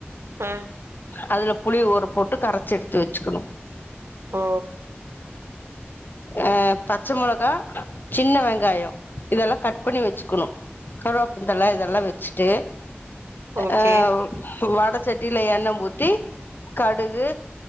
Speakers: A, on the right; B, on the left.
A: அ
B: அதுல புளி ஊர போட்டு கரச்செடுத்து வச் ச்சுக்கணு
A: ஓ
B: அ பச்ச மொளகா சின்ன வெங்காயோ இதெல்லா கட் பண்ணி வச்சுக்கணு கருவப்புந்தல இதெல்லா வெச்சுட்டு
A: ஓகே
B: அ வடத் சட்டியில எண்ண ஊத்தி கடுகு